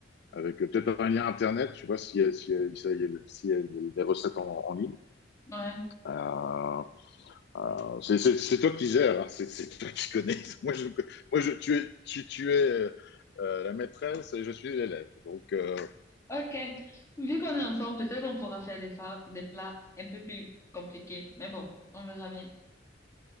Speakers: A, on the left; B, on the left.
A: avec euh, peut-être un lien internet, tu vois, si, si, si, si, les recettes en, en ligne.
B: ouais.
A: Euh, euh, c'est- c'est c'est toi qui gères, hein, c'est c'est toi qui connais. <laughs> Moi, je, moi je, tu es, tu, tu es euh, euh, la maîtresse et je suis l'élève. Donc, euh,
B: Ok. Vu qu'on est ensemble, peut-être on pourra faire des, fa- des plats un peu plus compliqués. Mais bon, on verra bien.